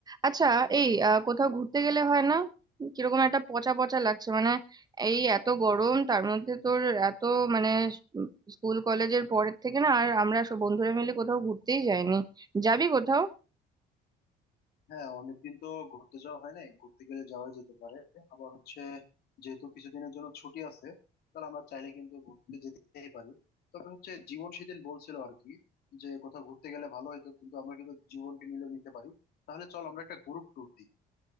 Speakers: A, on the right; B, on the left.
A: আচ্ছা এই আহ, কোথাও ঘুরতে গেলে হয় না কিরকম একটা পচা পচা লাগছে মানে এই এত গরম তার মধ্যে তোর এত মানে উম, স্কুল কলেজের পরের থেকে না আর আমরা সব বন্ধুরা মিলে কোথাও ঘুরতেই যাইনি যাবি কোথাও
B: হ্যাঁ অনেকদিন তো ঘুরতে যাওয়া হয় নাই ঘুরতে গেলে যাওয়া যেতে পারে আবার হচ্ছে যেহেতু কিছুদিনের জন্য ছুটি আছে তাহলে আমরা চাইলে কিন্তু ঘুরতে যেতেই পারি তবে হচ্ছে জীবন সেদিন বলছিল আর কি যে কোথাও ঘুরতে গেলে ভালো হতো কিন্তু আমরা কিন্তু জীবনকে নিলেও নিতে পারি তাহলে চল আমরা একটা গ্রুপ ট্যুর দিই